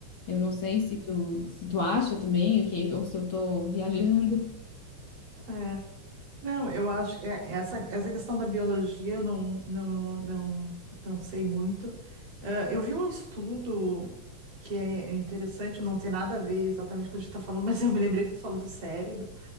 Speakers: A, on the left (about 55°); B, on the right (about 85°).
A: Eu não sei se tu, se tu acha também, o que- ou se eu tô viajando.
B: É, é. Não, eu acho que é- essa, essa questão da biologia eu não, não, não, não sei muito. Ah, eu vi um estudo que é, é interessante, não tem nada a ver exatamente com o que a gente está falando, <laughs> mas eu me lembrei que tu falou do cérebro.